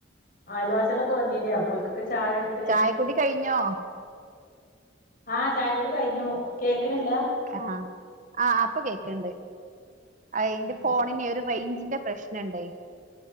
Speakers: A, on the left; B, on the right.
A: ആലവാസിളോക്ക വന്നീനീ അപ്പോൽക്കൊക്കെ ചായടുത്ത്
B: ചായക്കുടി കഴിഞ്ഞോ?
A: ആ ചായക്കൂടി കഴിഞ്ഞു കേക്ക്ണില്ല
B: ആഹ ആ അപ്പൊ കേക്കണ്ട് അ ഇന്റെ
A: ആ
B: ഫോണിനെ ഒരു റേഞ്ചിന്റെ പ്രശ്നണ്ടേ